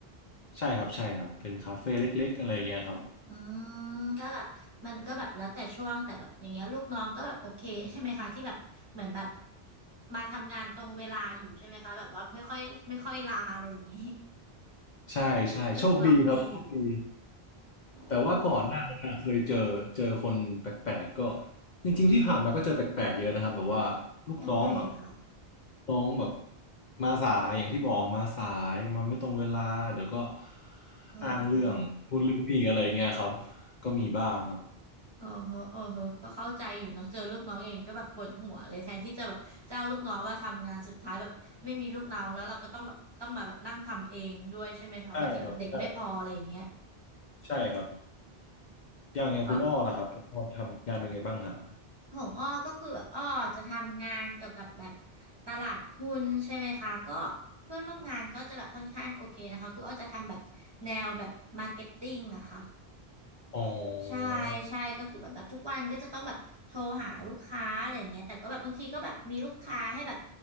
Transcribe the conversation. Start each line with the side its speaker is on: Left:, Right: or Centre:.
Left: ใช่ครับใช่ครับเป็นคาเฟ่เล็กๆอะไรเงี้ยครับ
Right: อืมก็แบบมันก็แบบแล้วแต่ช่วงแต่แบบอย่างเงี้ยลูกน้องก็แบบโอเคใช่ไหมคะที่แบบเหมือนแบบมาทำงานตรงเวลาอยู่ใช่ไหมคะแบบว่าไม่ค่อยไม่ค่อยลาอะไรอย่างนี้
Left: ใช่ใช่โชคดีครับโชคดี
Right: <laughs> ลูกน้องดีอยู่โอ
Left: แต่ว่าก่อนหน้านั้นน่ะเคยเจอเจอคนแปลกๆก็
Right: ้
Left: จริงๆที่ผ่านมาก็เจอแปลกๆเยอะนะครับแบบว่าลูกน้องแบบ
Right: ยังไงอะคะ
Left: น้องแบบมาสายอย่างที่บอกมาสายมาไม่ตรงเวลาเดี๋ยวก็
Right: โอ้โห
Left: อ้างเรื่องนูดเรื่องนีอะไรอย่างเงี้ยครับก็มีบ้างครับ
Right: เออเฮอเออเฮอก็เข้าใจอยู่เนาะเจอลูกน้องอย่างนี้ก็แบบปวดหัวเลยแทนที่จะแบบจ้างลูกน้องว่าทำงานสุดท้ายแบบไม่มีลูกน้องแล้วเราก็ต้องแบบต้องมาแบบนั่งทำเองด้วยใช่ไหมคะบางทีแบบเด็กไม่พออะไรอย่างเงี้ย
Left: ใช่ครับใช่ใช่ครับอย่างอย่างคุณอ้อล่ะครับคุณอ้อทำงานเป็นไงบ้างฮะ
Right: เออของอ้อก็คือแบบอ้อจะทำงานเกี่ยวกับแบบตลาดหุ้นใช่ไหมคะก็เพื่อนร่วมงานก็จะแบบค่อนข้างโอเคนะคะคืออ้อจะทำแบบแนวแบบมาร์เก็ตติ้งอะค่ะ
Left: อ๋อ
Right: ใช่ใช่ก็คือเหมือนแบบทุกวันก็จะต้องแบบโทรหาลูกค้าอะไรอย่างเงี้ยแต่ก็แบบบางทีก็แบบมีลูกค้าให้แบบ